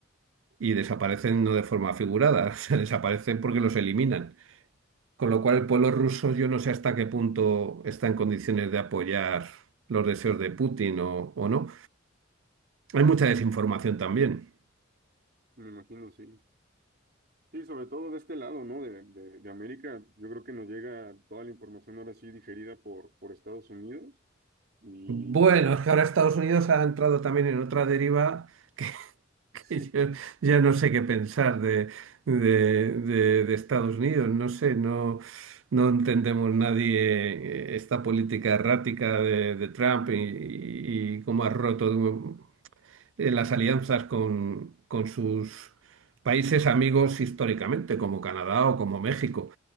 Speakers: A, on the right; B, on the right.
A: Y desaparecen no de forma figurada, <laughs> se desaparecen porque los eliminan. Con lo cual, el pueblo ruso yo no sé hasta qué punto está en condiciones de apoyar los deseos de Putin o, o no. Hay mucha desinformación también.
B: me imagino, sí. Sí, sobre todo de este lado, ¿no? De, de, de América, yo creo que nos llega toda la información ahora sí digerida por, por Estados Unidos. Y
A: Bueno, es que ahora Estados Unidos ha entrado también en otra deriva que, <laughs>
B: sí,
A: que yo ya no sé qué pensar de, de- de- de Estados Unidos. No sé, no, no entendemos nadie eh, esta política errática de, de Trump y, y- y cómo ha roto eh, las alianzas con, con sus países amigos históricamente, como Canadá o como México,